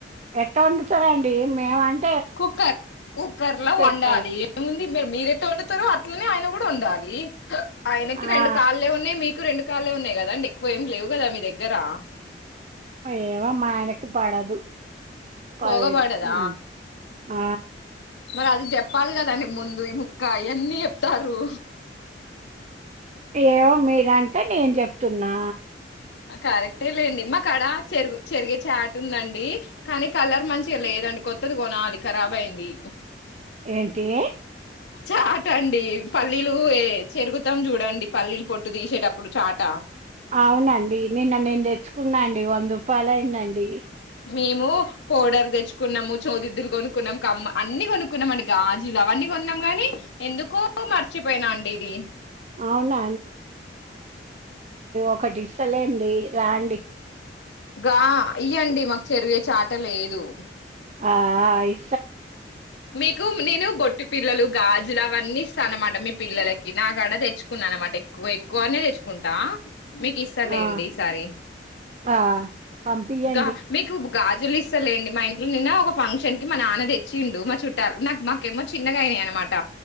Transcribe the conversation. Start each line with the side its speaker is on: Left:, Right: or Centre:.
Right: ఎట్ట ఒండుతడండి మేవన్
Left: కుక్కర్ కుక్కర్ లో
Right: పెట్టారు.
Left: వండాలి ఎంముంది మీర్ మీరెట్ట వండుతారో అట్లనే ఆయన కూడా ఒండాలి హాహ్ ఆయనకి రెండు
Right: ఆ!
Left: కాళ్లే ఉన్నాయి మీక్ రెండుకాళ్ళే ఉన్నాయి కదండి ఎక్కువ ఏమి లేవుకదా మీ దగ్ ఇగరా
Right: ఏమో మా ఆయనకి పడదు కరెంట్.
Left: పోగపడదా
Right: హ్మ్. ఆ
Left: మరి అది చెప్పాలి కదండి ముందు ఈ ముక్క అన్నీ చెప్తార్రు.
Right: ఏవో మీరంటే. నేను చెప్తున్నా.
Left: కరెక్టే లెండి. మాకడ చెరుగు చెరిగే చాట ఉందండి కానీ కలర్ మంచిగా లేదండి కొత్తది కొనాలి కరాబ్ ఐంది.
Right: ఏంటీ.
Left: చాటండి పల్లీలు ఏ చెరుగుతాం చూడండి పల్లీలు పొట్టు దీషేటప్. ప్పుడు చాట.
Right: అవునండి నిన్న నేను తెచ్చుకున్నా అండి వందకు. పాలైనండి.
Left: మేము పౌడర్ తెచ్చుకున్నాము, చోదిద్దులు కొనుక్కున్నాం కమ్మ అన్ని కొనుక్కున్నాం అండి గాజులు అవన్నీ కొన్నాం గానీ ఎందుకో మర్చిపోయినా అండి ఇది.
Right: అవునా ఒకటిస్సలెండి. రాండి.
Left: గా ఇయ్యండి మాకు చెరిగే చాట లేదు.
Right: ఆ ఆ ఇ.
Left: మీకు నేను. బొట్టి పిల్లలు, గాజులు అవన్నీ ఇస్తా అన్నమాట మీ పిల్లలకి నా కాడ తెచ్చుకున్నా అన్నమాట ఎక్కువ ఎక్కువనే తెచ్చుకుంటా. మీకు ఇస్తలేండి
Right: ఆ!
Left: ఈసారి
Right: ఆ! పంపియండి.
Left: గా మీకు. గాజులు ఇస్తలేండి మా ఇంట్లో నిన్న ఒక ఫంక్షన్ కి మా నాన్న దే. చిండు మా చుట్టాలు నాక్ మాకేమో చిన్నగా అయినాయి అనమాట.